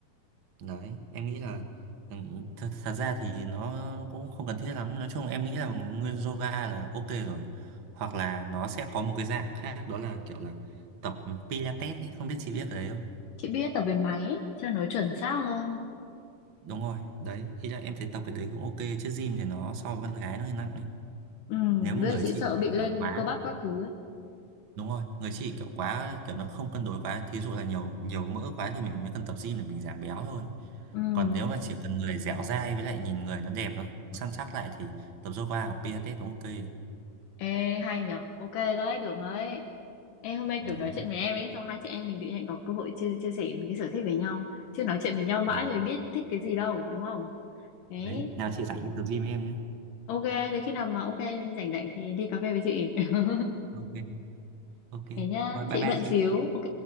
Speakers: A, on the right; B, on the left.
A: đấy em nghĩ là ừ, thật, thật ra thì nó cũng không cần thiết lắm nói chung em nghĩ là nguyên yoga là ok rồi hoặc là nó sẽ có một cái dạng khác đó là kiểu là tập Pilates ấy không biết chị biết cái đấy không
B: chị biết tập về máy cho nó chuẩn xác hơn
A: đúng rồi đấy ý là em thấy tập cái đấy cũng ok chứ gym thì nó so với con gái nó hơi nặng ấy
B: ừ
A: nếu mà
B: với
A: người
B: lại chị
A: chị
B: sợ bị
A: kiểu
B: lên
A: là quá
B: cơ bắp các thứ ấy
A: đúng rồi người chị kiểu quá kiểu nó không cân đối quá thí dụ là nhiều nhiều mỡ quá thì mình mới cần tập gym để mình giảm béo thôi
B: ừ
A: còn nếu mà chỉ cần người dẻo dai với lại nhìn người nó đẹp nó săn chắc lại thì tập yoga hoặc pilates cũng ok
B: ê hay nhở ok đấy được đấy ê hôm nay
A: đấy
B: kiểu nói chuyện với em ấy xong hai chị em mình tự nhiên có cơ hội chia chia sẻ những cái sở thích với nhau chứ nói chuyện với nhau mãi
A: đấy
B: rồi biết thích cái gì đâu đúng không đấy
A: đấy nào chị rảnh đi tập gym với em nhé
B: ok thì khi nào mà ok rảnh rảnh thì đi cà phê với chị <laughs>
A: ok ok
B: thế nhá
A: rồi bye
B: chị
A: bye
B: bận
A: chị
B: xíu ok